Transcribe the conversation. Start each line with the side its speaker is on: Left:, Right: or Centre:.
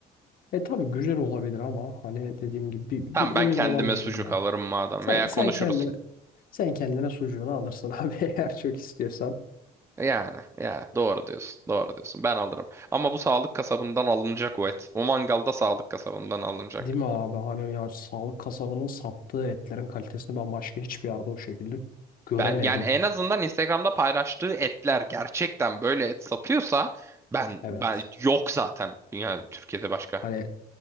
Left: E tabii güzel olabilir ama hani dediğim gibi bir,
Right: Tamam
Left: bir
Right: ben
Left: emin
Right: kendime
Left: olamıyorum
Right: sucuk
Left: ya.
Right: alırım madem.
Left: Sen
Right: Veya
Left: sen
Right: konuşuruz.
Left: kendine sen kendine sucuğunu alırsın <laughs> abi eğer çok istiyorsan.
Right: Yani, yani doğru diyorsun, doğru diyorsun. Ben alırım. Ama bu sağlık kasabından alınacak o et. O mangalda sağlık kasabından alınacak.
Left: Değil mi abi? Hani ya sağlık kasabının sattığı etlerin kalitesini ben başka hiçbir yerde o şekilde göremedim.
Right: Ben yani en azından Instagram'da paylaştığı etler gerçekten böyle et satıyorsa ben
Left: Evet.
Right: ben yok zaten. Yani Türkiye'de başka.
Left: Hani